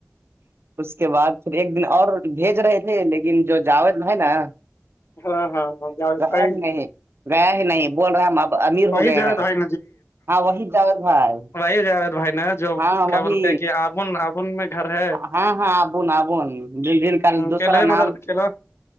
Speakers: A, on the right; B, on the left.
A: اس کے بعد پھر ایک دن اور بھیج رہے تھے لیکن جو جاوید ہے نا
B: ہاں ہاں ہاں جاوید
A: رہ
B: بھائی
A: ہی نہیں رہ ہی نہیں بول رہے ہم اب امیر
B: وہی
A: ہو گئے
B: جاوید
A: ہیں
B: بھائی
A: ہاں وہی جاوید بھائی
B: بھائی جا بھائی نا جو
A: ہاں
B: کیا
A: وہی
B: بولتے ہیں کہ آبن آبن میں گھر ہے
A: ہاں ہاں آبون آبون د دن کل دوسرا
B: کیلے
A: نام
B: مدر کیلو